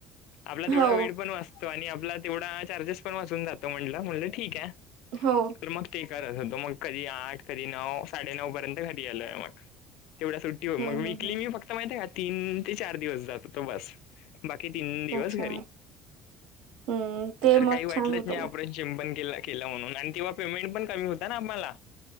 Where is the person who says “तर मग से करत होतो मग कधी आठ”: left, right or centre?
Left